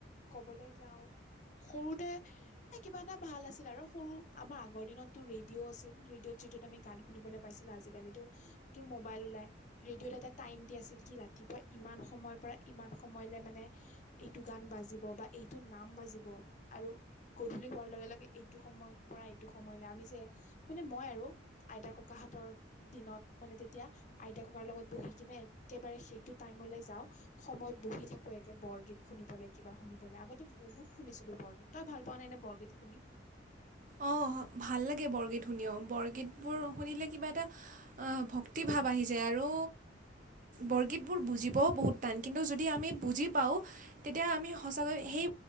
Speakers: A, on the left (about 40°); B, on the right (about 40°).
A: কবলৈ যাওঁ, - সৰুতে এ কিবা এটা ভাল আছিল আৰু সৰু আমাৰ আগৰ দিনতটো ৰেডিঅ' আছিল ৰেডিঅ'ত য- তত আমি গান শুনিবলৈ পাইছিলো আজিকালিতো তোৰ মোবাইল ওলাই ৰেডিঅ'ত এটা টাইম দি আছিল কি ৰাত- ইমান সময়ৰ পৰা ইমান সময়লে মানে- এইটো গান বাজিব বা এইটো নাম বাজিব। আৰু- গধূলি হোৱাৰ লগে লগে এইটো সময়ৰ পৰা এইটো সময়লে আমি যে- মানে মই আৰু আইতা ককাহঁতৰ- দিনত মানে তেতিয়া আইতা ককাৰ লগত বহি কিনে একেবাৰে সেইটো টাইমলে যাওঁ। সময়ত বহি থাকো একে বৰগীত শুনিবলে কিবা শুনিবলে আগতে বহুত শুনিছিলোঁ বৰগীত। তই ভাল পাৱ নে এনেই বৰগীত শুনি?
B: অঁ ভাল লাগে বৰগীত শুনিও, বৰগীতবোৰ শুনিলে কিবা এটা- অঁ' ভক্তি ভাৱ আহি যায় আৰু বৰগীতবোৰ বুজিবও বহুত- টান কিন্তু যদি আমি বুজি পাওঁ তেতিয়া আমি সঁচাকৈ সেই